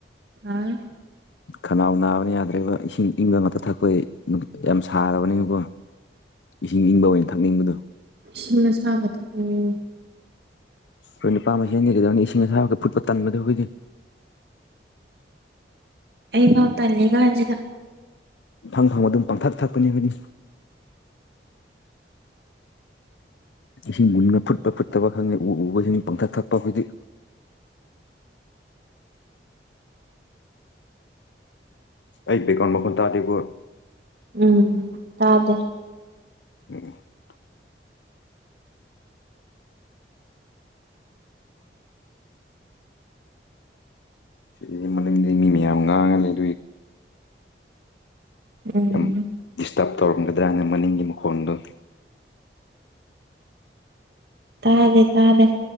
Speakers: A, on the right; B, on the left.
A: ꯑꯥ
B: ꯈꯅꯥꯎ ꯅꯥꯕꯅ ꯌꯥꯗ꯭ꯔꯦꯕ ꯏꯁꯤꯡ ꯏꯪꯕ ꯉꯥꯛꯇ ꯊꯛꯄꯒꯤ ꯅꯨꯡ ꯌꯥꯝ ꯁꯥꯔꯕꯅꯤꯅꯀꯣ ꯏꯁꯤꯡ ꯏꯪꯕ ꯑꯣꯏꯅ ꯊꯛꯅꯤꯡꯕꯗꯣ
A: ꯏꯁꯤꯡ ꯑꯁꯥꯕ ꯊꯛꯑꯣ
B: ꯑꯈꯣꯏ ꯅꯨꯄꯥ ꯃꯥꯁꯦꯟꯗꯤ ꯀꯩꯗꯧꯅꯤ ꯏꯁꯤꯡ ꯑꯁꯥꯕꯗꯣ ꯐꯨꯠꯄ ꯇꯟꯕꯗꯣ ꯑꯈꯣꯏꯗꯤ
A: ꯑꯩ ꯐꯥꯎ ꯇꯜꯂꯤ ꯀꯥꯟꯁꯤꯗ
B: ꯄꯪꯐꯪ ꯐꯪꯕ ꯑꯗꯨꯝ ꯄꯥꯡꯊꯛ ꯊꯛꯄꯅꯤ ꯑꯈꯣꯏꯗꯤ ꯏꯁꯤꯡ ꯃꯨꯟꯕ ꯐꯨꯠꯄ ꯐꯨꯠꯇꯕ ꯈꯪꯗꯦ ꯎ ꯎꯕꯁꯤꯡ ꯄꯪꯊꯛ ꯊꯛꯄ ꯑꯈꯣꯏꯗꯤ ꯑꯩ ꯕꯦꯛꯒ꯭ꯔꯥꯎꯟ ꯃꯈꯣꯟ ꯇꯥꯗꯦꯀꯣ
A: ꯎꯝ ꯇꯥꯗꯦ
B: <unintelligible> ꯁꯤꯗꯗꯤ ꯃꯅꯤꯡꯗꯩ ꯃꯤ ꯃꯌꯥꯝ ꯉꯥꯡꯉ ꯂꯩꯗꯣꯏ
A: ꯎꯝ
B: ꯌꯥꯝ ꯗꯤꯁꯇ꯭ꯔꯕ ꯇꯧꯔꯝꯒꯗ꯭ꯔꯅ ꯃꯅꯤꯡꯒꯤ ꯃꯈꯣꯟꯗꯣ
A: ꯇꯥꯔꯦ ꯇꯥꯔꯦ